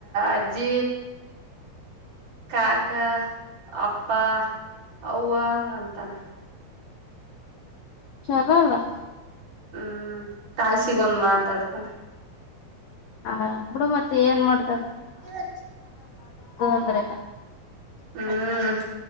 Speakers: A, on the right; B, on the left.
A: ಅಜ್ಜಿ ಕಾಕ ಅಪ್ಪ ಅವ್ವ ಅಂತಾನ
B: ಚಲ್ಲಲ್ಲ
A: ಹ್ಮ್ ತಾಯಾಸಿಗೊಂದ್ ಮಾತಾಡ್ತಾನ
B: ಹ ಬಿಡ ಮತ್ತೆ ಏನ್ ಮಾಡ್ತ
A: ಆ
B: ಅಂದ್ರೆನ
A: ಹ್ಮ್